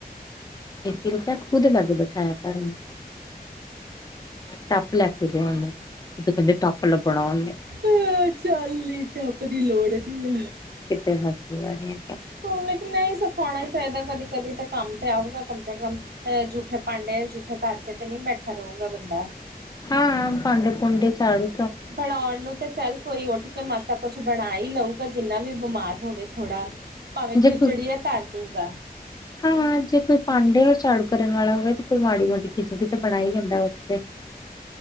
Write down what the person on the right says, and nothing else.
ਹਾਂ ਚੱਲ ਈ ਟੱਪ ਦੀ ਲੋੜ ਨੀ ਐ।
ਹੁਨ ਲੇਕਿਨ ਨਈ ਸਿਖਾਉਣਾ ਈ ਚਾਈਦਾ ਕਦੀ-ਕਦੀ ਤਾਂ ਕੰਮ ਤੇ ਆਊਗਾ ਕਮ ਸੇ ਕਮ। ਐ ਜੂਠੇ ਪਾਂਡੇ ਜੂਠੇ ਖਰਚੇ ਤੇ ਨਈ ਬੈਠਾ ਰਹੂਗਾ ਬੰਦਾ।
ਬਣਾਉਣ ਨੂੰ ਤੇ ਚੱਲ ਕੋਈ ਉੱਠ ਕੇ ਮਸ ਤਾਂ ਕੁਛ ਬਨਾ ਈ ਲਊਗਾ ਜਿੰਨਾ ਵੀ ਬਿਮਾਰ ਹੋਵੇ ਥੋੜਾ ਭਾਵੇਂ
ਖਿਚੜੀ
ਐ ਧਰਦੂਗਾ।